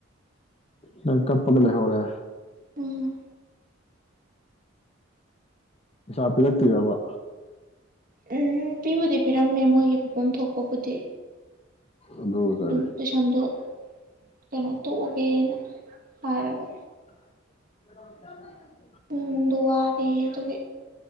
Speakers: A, on the left; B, on the right.
A: ꯅꯪ ꯀꯞꯄꯒ ꯂꯩꯍꯧꯔꯦ
B: ꯎꯝ
A: ꯄꯩꯁꯥ ꯄꯤꯔꯛꯇ꯭ꯔꯤꯔꯕ
B: ꯑꯦ ꯄꯤꯕꯨꯗꯤ ꯄꯤꯔꯝꯃꯦ ꯃꯣꯏꯒꯤ ꯄꯝ ꯊꯣꯛꯄꯕꯨꯗꯤ
A: ꯑꯗꯨꯒ
B: ꯑꯗꯨꯗꯨꯝ
A: ꯀꯔꯤ
B: ꯇꯨꯏꯁꯟꯗꯣ ꯀꯩꯅꯣ ꯇꯣꯛꯑꯒꯦꯅ ꯍꯥꯏꯔꯕ
A: <unintelligible>
B: ꯃꯣꯏ ꯏꯃꯨꯡꯗꯣ ꯋꯥꯔꯦꯌꯦ ꯑꯗꯨꯒꯤ